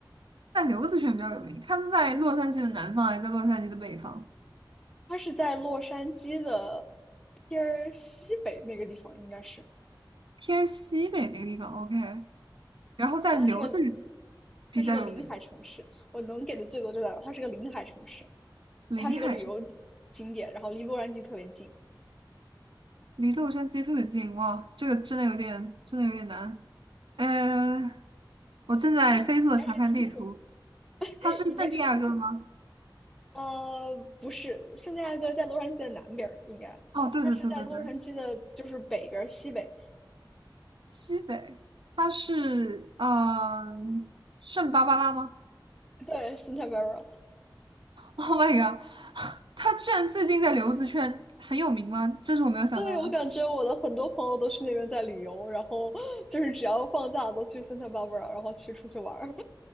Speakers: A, on the right; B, in the centre.
A: 在刘子轩比较有名，它是在洛杉矶的南方还是在洛杉矶的北方？
B: 它是在洛杉矶的偏儿西北那个地方，应该是。
A: 偏西北那个地方，OK，然后在刘子轩
B: 然后它是个
A: 比较有名，
B: 它是个临海城市，我能给的最多就在它是个临海城市，
A: 临海城
B: 它是个旅游景点，然后离洛杉矶特别近。
A: 离洛杉矶特别近，哇，这个真的有点真的有点难，嗯。我正在飞速的查看地图，
B: 但是你应该是听说，<laughs>
A: 他是圣地亚哥吗？
B: 你应该是听说过，呃，不是，圣地亚哥在洛杉矶的南边儿，应该它是在洛杉矶的，
A: 哦，对对对对对，
B: 就是北边儿西北。
A: 西北，他是嗯、圣巴巴拉吗
B: 对，Santa Barbara。
A: ？Oh my god，<laughs> 他居然最近在留子圈很有名吗？这是我没有想到的。
B: 对，我感觉我的很多朋友都去那边在旅游，然后就是只要放假都去 Santa Barbara，然后去出去玩儿。